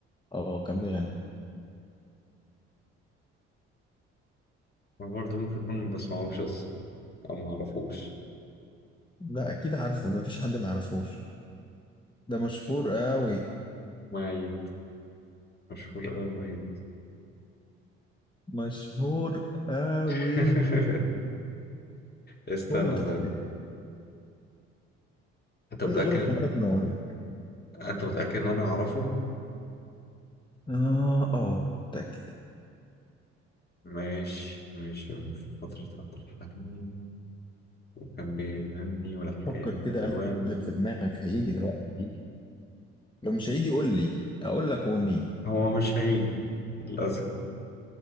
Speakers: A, on the left; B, on the left.
A: اه كان بيغني
B: انا برضه ممكن اكون ما بسمعوش اصلا او ما اعرفوش
A: لا اكيد عارفه ده مفيش حد ما يعرفوش ده مشهور قوي
B: مؤيد مشهور قوي مؤيد
A: مشهور قوي
B: <laughs> استنى
A: فوق ما تتخيل
B: طيب انت متأكد
A: قول لي غروب حمارك ما اقول لك
B: انت متأكد ان انا اعرفه
A: اه اه متاكد
B: ماشي ماشي في فترة عبد الحليم وكان بيغني ولحق
A: فكر كده
B: الالوان
A: قلب في دماغك هيجي دلوقتي هيجي لو مش هيجي قول لي اقول لك هو مين
B: هو مش هيجي للاسف